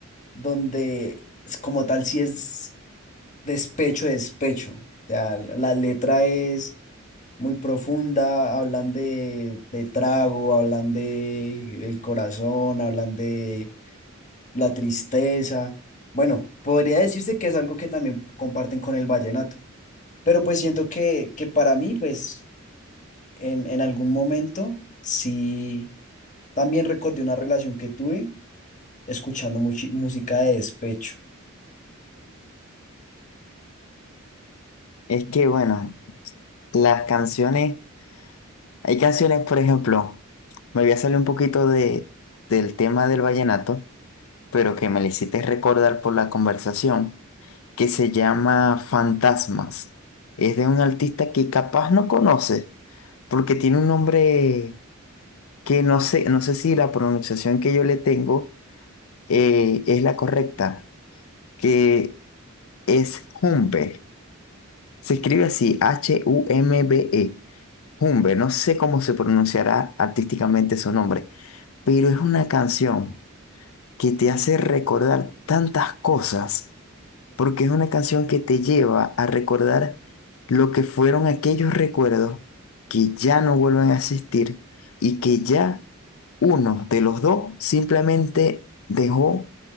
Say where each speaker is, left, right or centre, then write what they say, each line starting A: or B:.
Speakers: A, on the left; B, on the left.
A: donde es como tal sí es despecho, despecho. O sea, la la letra es muy profunda, hablan de, de trago, hablan de el corazón, hablan de la tristeza. Bueno, podría decirse que es algo que también comparten con el vallenato, pero pues siento que, que para mí, pues en, en algún momento sí, también recordé una relación que tuve escuchando muchi- música de despecho.
B: Es que bueno, las canciones, hay canciones, por ejemplo, me voy a salir un poquito de, del tema del vallenato, pero que me lo hiciste recordar por la conversación, que se llama Fantasmas. Es de un artista que capaz no conoce, porque tiene un nombre que no sé, no sé si la pronunciación que yo le tengo. eh, es la correcta, que es Humbe. Se escribe así, H-U-M-B-E. Humbe, no sé cómo se pronunciará artísticamente su nombre, pero es una canción que te hace recordar tantas cosas, porque es una canción que te lleva a recordar lo que fueron aquellos recuerdos que ya no vuelven a existir y que ya uno de los dos simplemente dejó